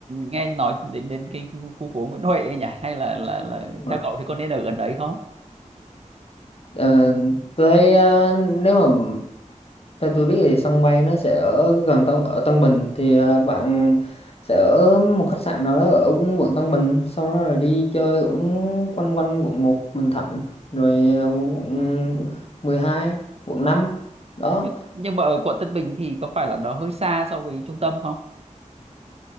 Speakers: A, on the right; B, on the left.
A: nghe nói đến đến cái khu phố Nguyễn Huệ ấy nhỉ hay là là là
B: Đúng
A: theo
B: rồi.
A: cậu thì có nên ở gần đấy không
B: Ờ, tôi thấy ờ, nếu mà theo tôi biết thì sân bay nó sẽ ở gần Tân ở Tân Bình thì ờ, bạn sẽ ở một khách sạn nào đó ở quận Tân Bình sau đó rồi đi chơi cũng quanh quanh quận một Bình Thạnh rồi ờ, quận mười hai quận 5 đó
A: thế nhưng nhưng mà ở quận Tân Bình thì có phải là nó hơi xa so với trung tâm không